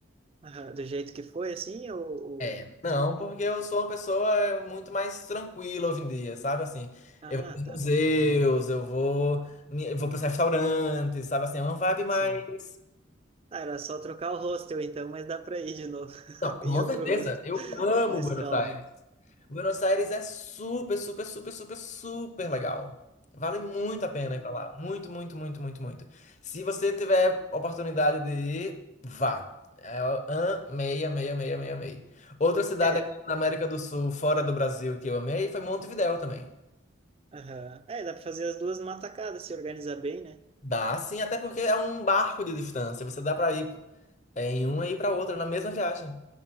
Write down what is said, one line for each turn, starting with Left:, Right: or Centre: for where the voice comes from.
Right: Aham, Do jeito que foi, assim, ou... ou-
Left: É, não, porque eu sou uma pessoa é, muito mais tranquila hoje em dia, sabe? Assim,
Right: Ah,
Left: eu vou pros museus,
Right: tá. Uhum.
Left: eu vou, eu vou pros restaurantes, sabe? Assim, é uma vibe mais.
Right: Sim. Ah, era só trocar o hostel, então, mas dá para ir de novo <laughs>
Left: Não, com
Right: em outro
Left: certeza,
Right: hostel.
Left: eu amo
Right: Mais
Left: Buenos
Right: calmo.
Left: Aires. Buenos Aires é super, super, super, super, super legal. Vale muito a pena
Right: Hum.
Left: ir pra lá. Muito, muito, muito, muito, muito. Se você tiver oportunidade de ir, vá. É, Eu amei, amei, amei, amei, amei. Outra cidade
Right: É,
Left: aqui na América do Sul, fora do Brasil, que eu amei, foi Montevidéu também.
Right: aham. É, dá para fazer as duas numa tacada, se organizar bem, né?
Left: Dá sim, até porque é um barco de distância. Você dá pra ir é, em uma e ir pra outra na mesma viagem.